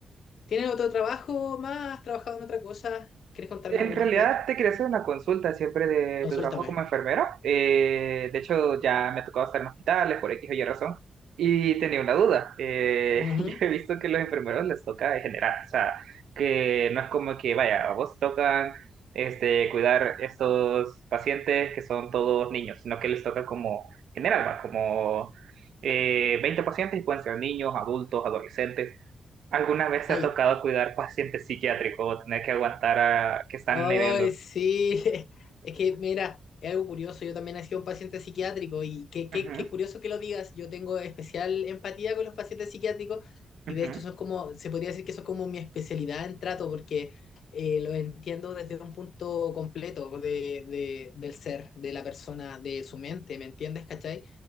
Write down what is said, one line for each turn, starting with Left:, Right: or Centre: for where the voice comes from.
Left: ¿Tienes otro trabajo más? ¿Has trabajado en otra cosa? ¿Quieres contarme
Right: En
Left: algo
Right: realidad
Left: más de?
Right: te quería hacer una consulta siempre de
Left: Consúltame.
Right: tu trabajo como enfermera. Eh, de hecho, ya me ha tocado estar en hospitales por X o Y razón. Y tenía una duda. Eh,
Left: Ujú.
Right: <laughs> yo he visto que los enfermeros les toca en general. O sea, que no es como que, vaya, a vos tocan este, cuidar estos pacientes que son todos niños, sino que les toca como general, va, como eh, 20 pacientes y pueden ser niños, adultos, adolescentes. ¿Alguna vez te
Left: Ay,
Right: ha tocado cuidar pacientes psiquiátricos o tener que aguantar a que están
Left: ay,
Right: heriendo?
Left: sí. <laughs> Es que, mira, es algo curioso. Yo también he sido un paciente psiquiátrico y qué, qué,
Right: Ujú,
Left: qué curioso que lo digas. Yo tengo especial empatía con los pacientes psiquiátricos
Right: ujú,
Left: y de hecho son como, se podría decir que son como mi especialidad en trato porque eh, lo entiendo desde un punto completo de, de- del ser, de la persona, de su mente. ¿Me entiendes? ¿Cachai?